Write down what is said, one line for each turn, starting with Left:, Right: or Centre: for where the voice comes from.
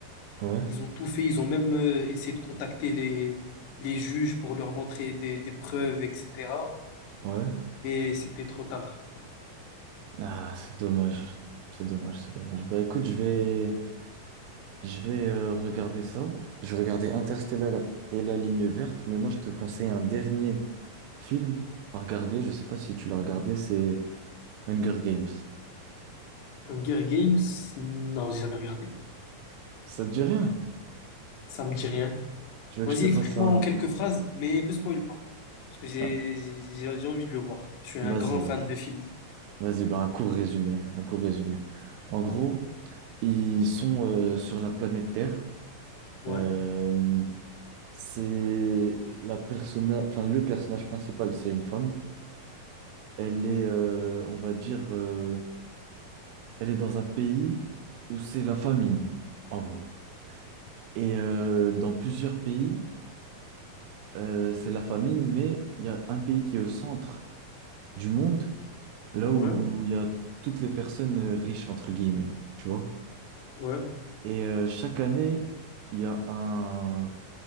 Right: Ouais,
Left: Ils ont tout fait, ils ont même euh, essayé de contacter les, les juges pour leur montrer des, des preuves, etc.
Right: ouais.
Left: Mais c'était trop tard.
Right: Ah, c'est dommage. C'est dommage, c'est dommage. Bah écoute, je vais, je vais euh, regarder ça. Je vais regarder Interstellar et La Ligne Verte. Mais moi, je te conseille un dernier film à regarder. Je sais pas si tu l'as regardé. C'est Hunger Games.
Left: Hunger Games, non, j'ai jamais regardé.
Right: Ça te dit rien?
Left: Ça me dit rien.
Right: Tu veux
Left: Vas-y,
Right: que je te fasse
Left: explique-moi
Right: un...
Left: en quelques phrases, mais me spoil pas. Parce que j'ai
Right: un-
Left: j'ai j'ai envie de le voir. Je suis un
Right: Vas-y,
Left: grand fan
Right: vas-y.
Left: de film.
Right: Vas-y, bah, un court résumé. Un court résumé. En gros, ils sont euh, sur la planète Terre.
Left: Ouais,
Right: Euh, c'est la personna... enfin, le personnage principal, c'est une femme. Elle est, euh, on va dire, euh, elle est dans un pays où c'est la famine, en gros. Et euh, dans plusieurs pays, euh, c'est la famine, mais il y a un pays qui est au centre du monde là
Left: ouais,
Right: où il y a toutes les personnes euh, riches, entre guillemets, tu vois.
Left: ouais.
Right: Et euh, chaque année, il y a un,